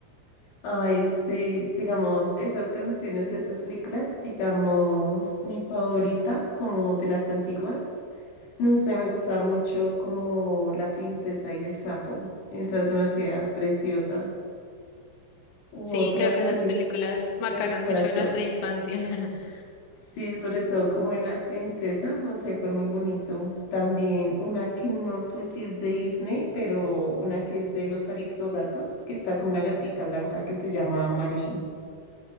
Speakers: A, on the left; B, on the left.
A: Ay, sí, digamos, esas canciones de esas películas, digamos, mi favorita, como de las antiguas, no sé, me gustaba mucho como La princesa y el sapo, esa se me hacía preciosa. U
B: Sí,
A: otra
B: creo que esas
A: que,
B: películas marcaron
A: exacto.
B: mucho nuestra infancia. <laughs>
A: Sí, sobre todo como en las princesas, no sé, fue muy bonito. También una que no sé si es de Disney, pero una que es de los Aristogatos, que está como una gatica blanca que se llama Marie.